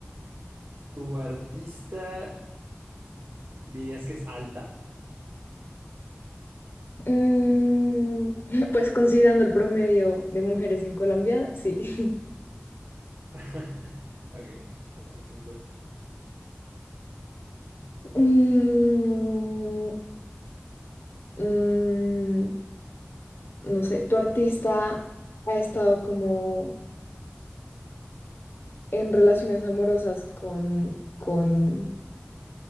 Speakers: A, on the right; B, on the left.
A: Tu artista, dirías que es alta.
B: Mm, <laughs> pues considerando el promedio de mujeres en Colombia, sí. <laughs>
A: <laughs> Ok, tomaré eso en cuenta.
B: Mm, mm, no sé, tu artista ha estado como en relaciones amorosas con, con,